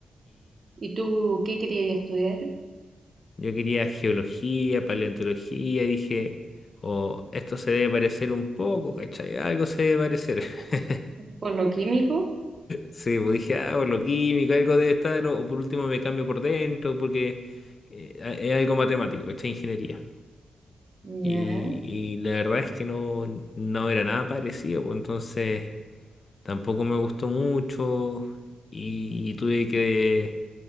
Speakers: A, on the right (about 45°); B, on the left (about 45°).
A: ¿Y tú qué querías estudiar?
B: Yo quería geología, paleontología, dije, o esto se debe parecer un poco, ¿cachai? Algo se debe parecer. <laughs>
A: ¿Por lo químico?
B: Sí, pues dije, ah, por lo químico, algo debe estar, o, o por último me cambio por dentro, porque eh, a- es algo matemático, ¿cachai? Ingeniería.
A: Ya.
B: Y, y la verdad es que no, no era nada parecido, pues entonces tampoco me gustó mucho y, tuve que,